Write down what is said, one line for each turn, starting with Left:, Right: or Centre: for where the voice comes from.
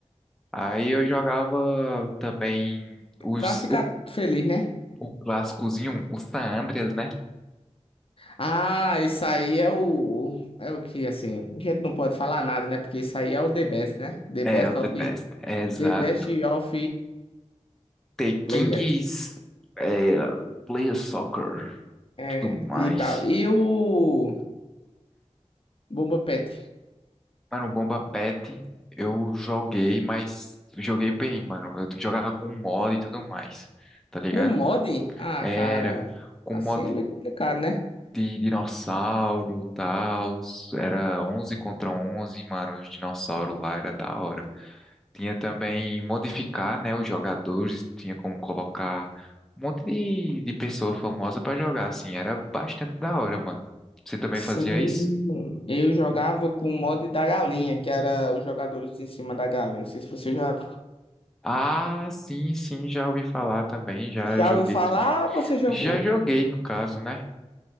Centre: Aí eu jogava também os,
Left: Pra ficar
Centre: o,
Left: feliz, né?
Centre: o clássicozinho, o San Andreas, né?
Left: Ah, isso aí é o. É o que, assim. A gente não pode falar nada, né? Porque isso aí é o The Best, né? The
Centre: É,
Left: Best
Centre: o The
Left: of.
Centre: Best, é, exato.
Left: The Best of
Centre: The
Left: Players.
Centre: Kings, é, Player Soccer,
Left: É,
Centre: tudo mais.
Left: e tal. E o. Bomba Pet.
Centre: Mano, o Bomba Pet eu joguei, mas joguei bem, mano. Eu jogava com mod e tudo mais, tá ligado?
Left: Com mod? Ah,
Centre: Era
Left: cara.
Centre: com
Left: Assim
Centre: mod
Left: é meio complicado, né?
Centre: de dinossauro, tal, era onze contra onze mano, os dinossauros lá era da hora. Tinha também modificar, né, os jogadores, tinha como colocar um monte de, de pessoa famosa pra jogar, assim, era bastante da hora, mano. Você também
Left: Sim,
Centre: fazia isso?
Left: eu jogava com o mod da galinha, que era os jogadores em cima da galinha. Não sei se você já,
Centre: Ah, sim, sim, já ouvi falar também, já
Left: já
Centre: joguei.
Left: ouviu falar ou você jogou.
Centre: Já joguei, no caso, né?